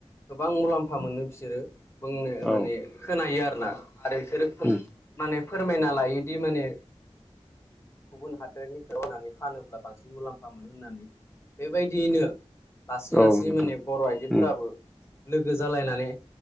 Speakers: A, on the left; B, in the centre.
A: गोबां मुलाम्फा मोनो बिसोरो बुंनो माने
B: औ
A: खोनायो आरोना आरो बिसोरो खोन
B: उम
A: माने फोरमायना लायोदि माने गुबुन हादोरनिफ्राय होननानै फानोब्ला बांसिन मुलाम्फा मोनोन होननानै बेबायदियैनो लासै लासै
B: औ नोंथां
A: माने बर' आइजोफोराबो
B: उम
A: लोगो जालायनानै